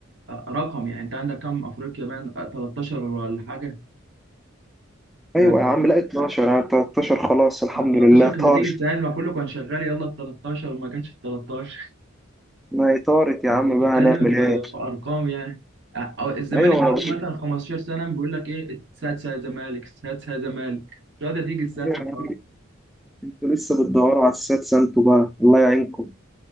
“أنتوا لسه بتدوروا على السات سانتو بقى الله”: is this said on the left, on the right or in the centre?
Centre